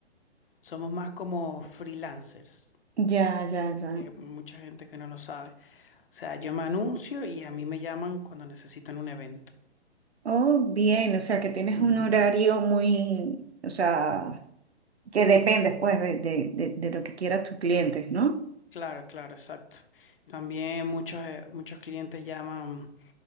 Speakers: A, on the left; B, on the right.
A: somos más como freelancers,
B: ya, ya, ya.
A: que hay mucha gente que no lo sabe. O sea, yo me anuncio y a mí me llaman cuando necesitan un evento.
B: Oh, bien, o sea, que tienes
A: Ujú.
B: un horario muy, o sea, que depende pues de, de, de, de lo que quieran tus clientes, ¿no?
A: Claro, claro, exacto. También muchos, eh, muchos clientes llaman